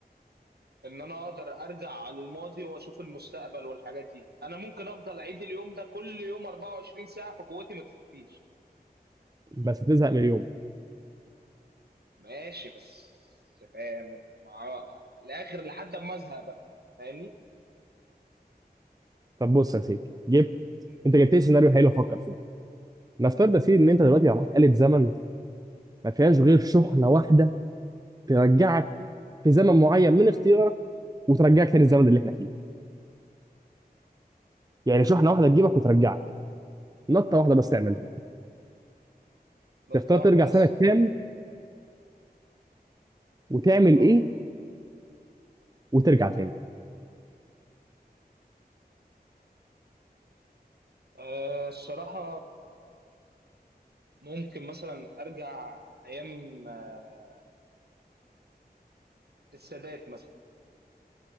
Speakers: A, on the right; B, on the right.
A: ان انا اقدر ارجع للماضي واشوف المستقبل والحاجات دي انا ممكن افضل اعيد اليوم ده كل يوم 24 ساعة فقوتي ما تختفيش
B: بس هتزهق من اليوم
A: ماشي بس فاهم مع الاخر لحد ما ازهق بقى فاهمني
B: طب بص يا سيدي جبت
A: مم.
B: انت جبت لي سيناريو حلو افكر فيه نفترض يا سيدي ان انت دلوقتي يبقى معاك آلة زمن ما فيهاش غير شحنه واحده ترجعك في زمن معين من اختيارك وترجعك تاني الزمن اللي احنا فيه يعني شحنه واحده تجيبك وترجعك نطه واحده بس تعملها
A: نقطة
B: تختار ترجع
A: واحدة بس
B: سنه كام وتعمل
A: اه
B: ايه وترجع تاني
A: آه، الصراحة ممكن مثلا ارجع ايام آه، السادات مثلا